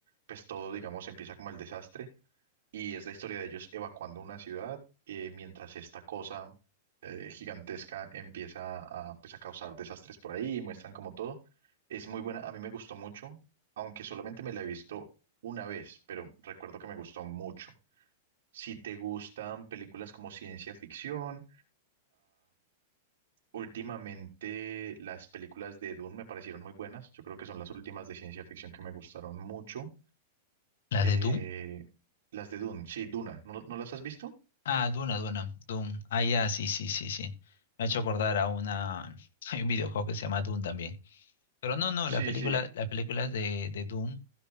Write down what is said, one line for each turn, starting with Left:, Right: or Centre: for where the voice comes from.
Right: pues todo, digamos, empieza como el desastre y es la historia de ellos evacuando una ciudad eh, mientras esta cosa eh, gigantesca empieza a, pues, a causar desastres por ahí muestran como todo. Es muy buena, a mí me gustó mucho, aunque solamente me la he visto una vez, pero recuerdo que me gustó mucho. Si te gustan películas como ciencia ficción, Últimamente las películas de Dune me parecieron muy buenas. Yo creo que son las últimas de ciencia ficción que me gustaron mucho.
Left: ¿Las
Right: Eh,
Left: de Doom?
Right: las de Dune, sí, Duna. ¿No, no las has visto?
Left: Ah, Duna, Duna, Doom. Ah, ya, sí, sí, sí, sí. Me ha hecho acordar a una... <laughs> Hay un videojuego que se llama Doom también. Pero no, no,
Right: Sí,
Left: las películas,
Right: sí.
Left: las películas de, de Doom,